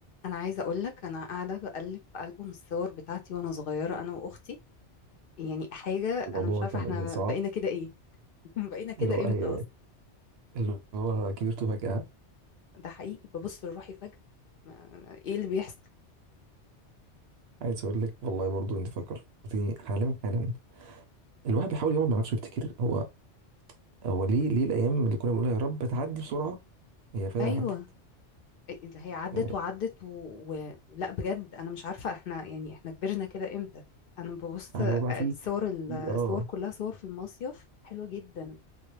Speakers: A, on the left; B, on the right.
A: انا عايزه اقول لك انا قاعده بقلب في البوم الصور بتاعتي وانا صغيره انا واختي يعني حاجه
B: الموضوع
A: انا مش عارفه
B: كان
A: احنا
B: صعب
A: بقينا كده ايه <laughs> بقينا كده
B: اللي هو أي
A: امتى اصلا
B: اللي هو كبرت فجأة
A: ده حقيقي ببص لروحي فجاه ما ما- ايه اللي بيحصل
B: عايز أقول لك والله برضو أنت فكرتني حالا حالا الواحد بيحاول يقعد مع نفسه يفتكر هو هو ليه ليه الأيام اللي كنا بنقول يا رب تعدي بسرعة هي فعلا
A: ايوه
B: عدت
A: إيه- هي عدت
B: آه،
A: وعدت و... و... لا بجد انا مش عارفه احنا يعني احنا كبرنا كده امتى انا ببص
B: اللي هو بقى
A: الصور
B: في في
A: الصور
B: اه
A: كلها صور في المصيف حلوه جدا